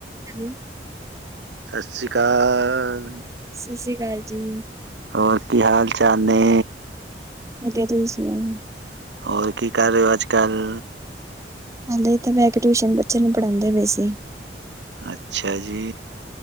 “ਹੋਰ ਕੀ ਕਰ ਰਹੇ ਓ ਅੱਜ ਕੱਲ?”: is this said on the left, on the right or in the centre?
Right